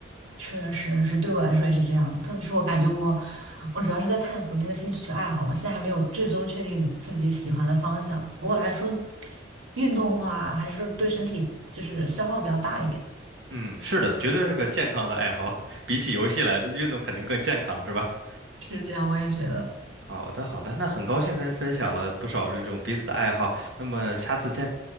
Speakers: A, on the right; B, on the right.
A: 确实是对我来说也是这样。特别是我感觉我，我主要是在探索那个兴趣爱好嘛，现在还没有最终确定自己喜欢的方向。不过来说，
B: 啊。
A: 运动的话还是对身体就是消耗比较大一点，
B: 嗯，是的，绝对是个健康的爱好，<laughs> 比起游戏来的运动肯定更健康，是吧？
A: 是这样，我也觉得。
B: <laughs> 好的，好的，那很高兴跟你分享了不少这种彼此的爱好，那么下次见，